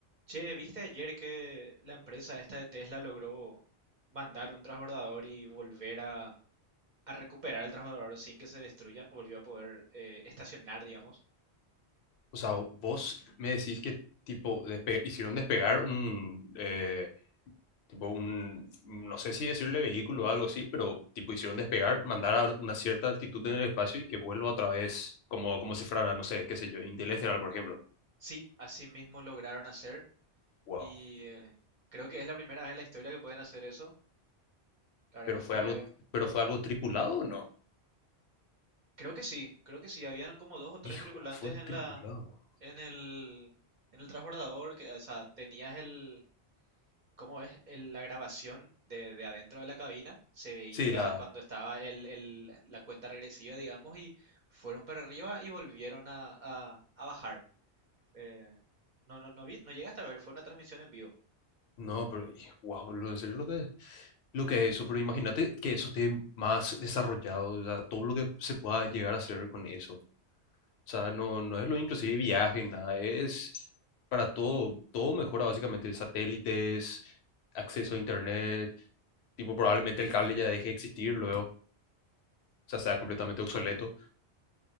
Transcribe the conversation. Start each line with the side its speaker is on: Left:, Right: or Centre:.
Right: Che, ¿viste ayer que la empresa esta de Tesla logró mandar un transbordador y volver a, a recuperar el transbordador sin que se destruya? Volvió a poder eh, estacionar, digamos.
Left: O sea, vos me decís que tipo despe- hicieron despegar un eh, tipo un no sé si decirle vehículo o algo así, pero tipo hicieron despegar, mandar a una cierta altitud en el espacio y que vuelva otra vez como como si fuera, no sé, qué sé yo, Interestelar, por ejemplo.
Right: Sí, así mismo lograron hacer
Left: Wow.
Right: y eh, creo que es la primera vez en la historia que pueden hacer eso. La verdad
Left: Pero
Right: que
Left: fue
Right: fue,
Left: algo pero fue algo tripulado o no?
Right: creo que sí, creo que sí, habían como dos o tres
Left: Hijo,
Right: tripulantes
Left: fue
Right: en
Left: tripulado.
Right: la, en el, en el transbordador, que, o sea, tenías el, ¿Cómo es el- la grabación de, de adentro de la cabina? Se veía
Left: Sí, la
Right: cuando estaba el, el- la cuenta regresiva, digamos, y fueron para arriba y volvieron a, a- a bajar. Eh, no, no, no vi, no llegaste a ver, fue una transmisión en vivo.
Left: no, pero wow, en serio lo que Lo que es eso, pero imagínate que eso esté más desarrollado, o sea, todo lo que se pueda llegar a hacer con eso. O sea, no, no es lo inclusive viaje, nada, es para todo, todo mejora básicamente, satélites, acceso a internet, tipo probablemente el cable ya deje de existir luego, o sea, sea completamente obsoleto.